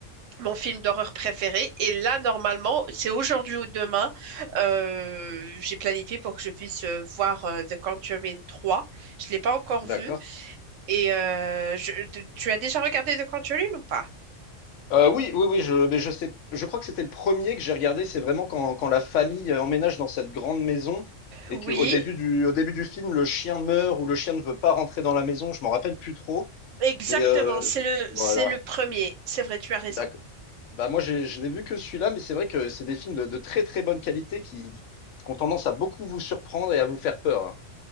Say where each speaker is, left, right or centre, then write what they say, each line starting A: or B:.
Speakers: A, on the right (about 75°); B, on the left (about 75°).
A: mon film d'horreur préféré. Et là, normalement, c'est aujourd'hui ou demain. euh, j'ai planifié pour que je puisse euh, voir euh, The Conjuring trois Je l'ai pas encore
B: D'accord.
A: vu. Et euh, je- tu tu as déjà regardé The Conjuring ou pas?
B: Euh, oui, oui, oui, je, mais je sais, je crois que c'était le premier que j'ai regardé. C'est vraiment quand, quand la famille euh, emménage dans cette grande maison et
A: Oui,
B: qu'au début du, au début du film, le chien meurt ou le chien ne veut pas rentrer dans la maison. Je m'en rappelle plus trop,
A: exactement.
B: mais euh,
A: C'est
B: je-
A: le,
B: voilà.
A: c'est le premier. C'est vrai, tu as raison.
B: D'accord. bah, moi, j'ai je n'ai vu que celui-là, mais c'est vrai que c'est des films de, de très très bonne qualité qui, qui ont tendance à beaucoup vous surprendre et à vous faire peur. hein.